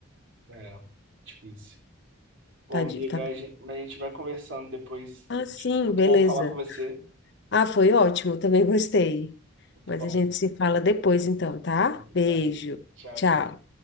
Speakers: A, on the right (about 65°); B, on the left (about 55°).
A: É, difícil. Pô,
B: Tá,
A: amiga,
B: de- tá...
A: a gente, a gente vai conversando depois.
B: Ah, sim,
A: Muito
B: beleza.
A: bom falar com você.
B: Ah, foi ótimo, também gostei.
A: Muito
B: Mas
A: bom.
B: a gente
A: amigo.
B: se fala depois então, tá?
A: Muito engraçado.
B: Beijo.
A: Tchau,
B: Tchau.
A: tchau.